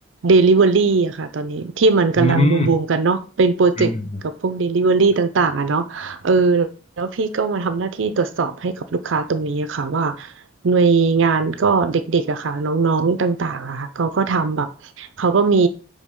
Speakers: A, on the right; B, on the left.
A: Delivery อะค่ะตอนนี้ที่มันกำลังบูมบูมกันเนาะเป็นโปรเจกต์กับพวก
B: อืมอืม
A: Delivery ต่างๆอะเนาะเออแล้วพี่ก็มาทำหน้าที่ตรวจสอบให้กับลูกค้าตรงนี้อะค่ะว่าหน่วยงานก็เด็กๆอะค่ะน้องๆต่างๆอะค่ะเขาก็ทำแบบ เขาก็มี